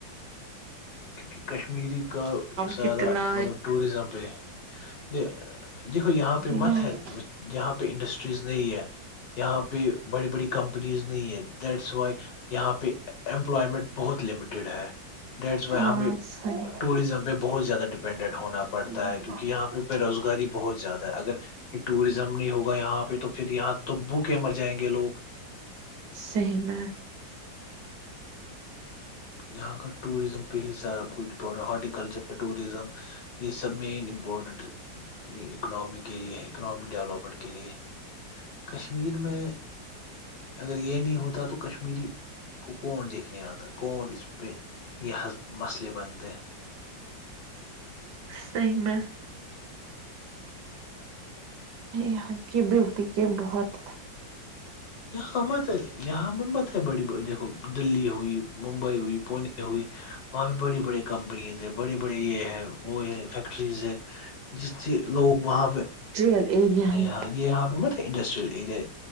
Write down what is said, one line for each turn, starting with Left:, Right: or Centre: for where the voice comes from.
Left: کیونکہ کشمیری کا سارا
Right: کتنا
Left: مطلب ٹورزم پہ یہ دیکھو یہاں پہ
Right: یہاں
Left: مت ہے یہاں پہ انڈسٹریز نہیں ہے یہاں پہ بڑی بڑی کمپنیز نہیں ہے دیٹس وائی یہاں پہ ایمپلائیمینٹ بہت لیمیٹیڈ ہے ڈیش بائے
Right: ہاں
Left: ہمیں
Right: صحیح
Left: ٹوریجم پہ بہت زیادہ ڈپینڈینٹ ہونا پڑتا
Right: صحیح
Left: ہے کیونکہ یہاں پہ بے روزگاری بہت زیادہ ہے اگر یہ ٹوریزم نہیں ہوگا یہاں پہ تو پھر یہاں تو بھوکے مر جائیں گے گ لوگ
Right: صحیح بات
Left: یہاں کا ٹوریزم پہ ہی سارا کچھ بڑا ہارٹیکلچر ٹوریزم اس سب مین امپور ٹینٹ اکنامی کے لیے اکنامی ڈیولپمینٹ کے لیے کشمیر میں اگر یہ نہیں ہوتا تو کشمیری کون دیکھنے آتا کون اس پہ یہظ مسئلے بنتے ہیں
Right: صحیح میں یہاں کی بیوٹی کے بہت
Left: یہاں مت ہے یہاں ہم مت ہے بڑی ب دیکھو دلی ہوئی ممبئی ہوئی پونے ہوئی وہاں بھی بڑی بڑی کمپنیز ہے بڑے بڑے یہ ہے وہ یہ فیکٹریز ہے جس سے لوگ وہاں پہ
Right: پر یہ یہی
Left: یہاں یہاں پہ مت انڈسٹریل ایریا ہے